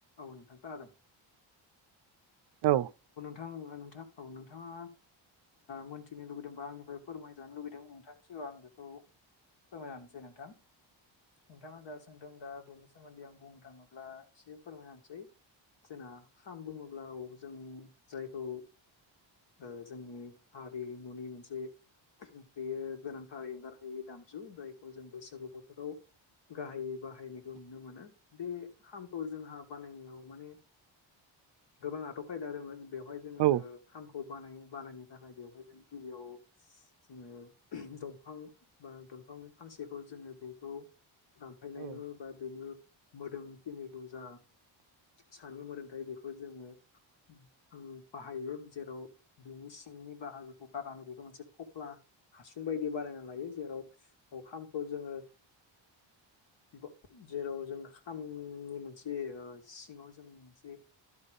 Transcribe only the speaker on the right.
औ
औ
औ औ
<unintelligible>